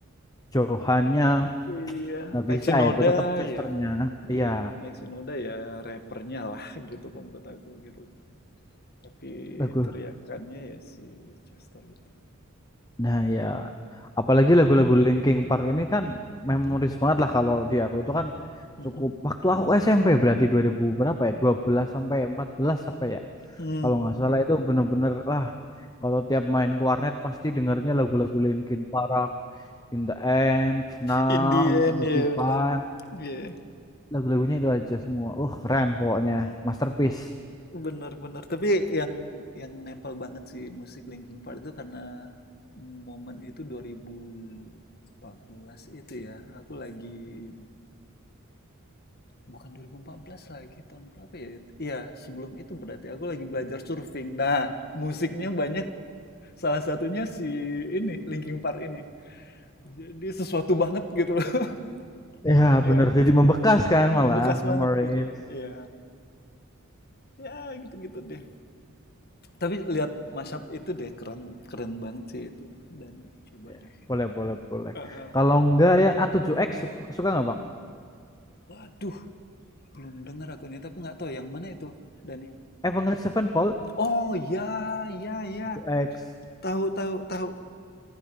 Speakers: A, on the left; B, on the left.
A: Johannya
B: Iya,
A: nggak
B: Mike
A: bisa
B: Shinoda
A: ya, itu tetap Chesternya
B: ya.
A: iya
B: Iya, Mike Shinoda ya rappernya lah gitu kalau menurut aku gitu. Tapi
A: lagu
B: teriakannya ya si Chester itu.
A: nah ya apalagi lagu-lagu Linkin Park ini kan memoris
B: Mhm,
A: banget lah kalau di aku itu kan
B: mhm.
A: cukup waktu aku SMP berarti 2000 berapa ya 12 sampai 14 apa ya
B: Hmm,
A: kalau nggak salah itu bener-bener wah kalau tiap main ke warnet pasti dengarnya lagu-lagu Linkin Park In the End, Numb,
B: Indian
A: Mystify
B: ya benar. Iya,
A: lagu-lagunya itu aja semua. Uh, keren pokoknya, masterpiece.
B: benar-benar. Tapi yang yang nempel banget sih musik Linkin Park itu karena momen itu dua ribu empat belas itu ya. Aku lagi bukan 2014 lagi tahun berapa ya? Iya, sebelum itu berarti aku lagi belajar surfing. Nah, musiknya banyak salah satunya si ini Linkin Park ini. Jadi sesuatu banget gitu loh <laughs> momennya.
A: Eh, ya bener, jadi membekas kan malah
B: Membekas
A: memories.
B: banget gitu loh. Iya, ya gitu-gitu deh tapi lihat mashup itu deh keren keren banget sih itu dan coba
A: Ya,
B: deh
A: boleh, boleh, boleh.
B: Eh, eh,
A: Kalau enggak ya A7X
B: hmm.
A: suka, suka nggak Bang?
B: waduh belum dengar aku ini tapi nggak tahu yang mana itu Dani
A: Avenged Sevenfold
B: oh ya ya ya
A: X.
B: tahu tahu tahu